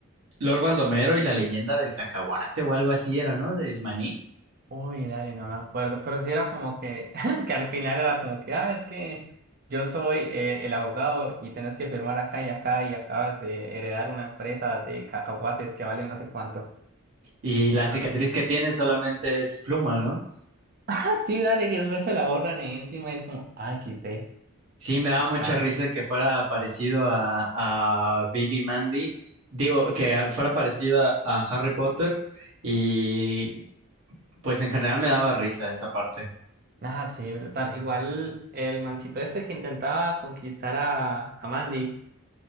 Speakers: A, on the right; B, on the right.
A: Lord Baldomero y la leyenda del cacahuate o algo así era, ¿no? Del maní.
B: Uy, dale, no me acuerdo, pero sí era como que, <laughs> que al final era como que, ah, es que yo soy eh, el abogado y tenés que firmar acá y acá y acabas de heredar una empresa de cacahuates que vale no sé cuánto.
A: Y la
B: Y no,
A: cicatriz que tiene solamente es pluma, ¿no?
B: <laughs> ah, sí, dale, que después se la borran y encima es como, ah, quité,
A: Sí, me daba
B: qué
A: mucha
B: carro.
A: risa que fuera parecido a, a Billy Mandy, digo, que fuera parecido a, a Harry Potter y pues en general me daba risa esa parte.
B: Ah, sí, brutal. Igual el mancito este que intentaba conquistar a, a Mandy,